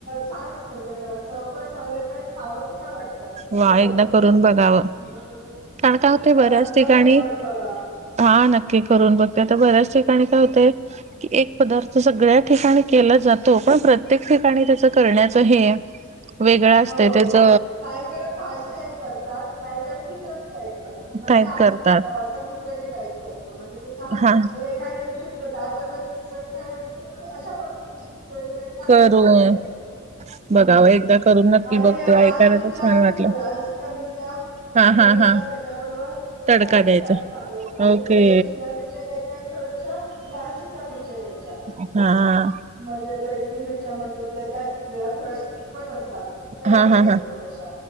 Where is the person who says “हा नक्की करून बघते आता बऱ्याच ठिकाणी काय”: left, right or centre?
Right